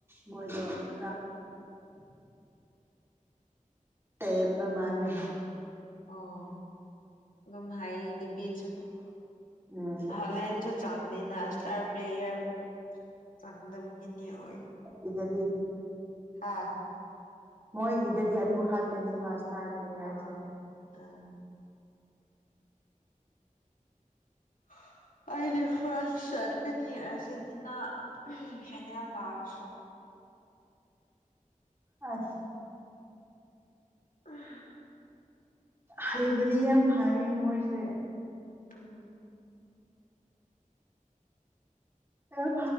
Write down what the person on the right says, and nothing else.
ꯃꯣꯏꯗꯣ ꯈꯔ
ꯇꯝꯕ ꯃꯥꯔꯦ
ꯎꯝ
ꯁꯤꯗꯗꯤ
ꯃꯣꯏꯒꯤꯗꯗꯤ ꯑꯗꯨ ꯉꯥꯛꯇꯅꯦꯕ ꯏꯁꯇꯥꯔ ꯄ꯭ꯂꯦꯌꯥꯔꯁꯦ
ꯑ
ꯍꯩꯕꯗꯤ ꯌꯥꯝ ꯍꯥꯏꯌꯦ ꯃꯣꯏꯁꯦ
ꯑ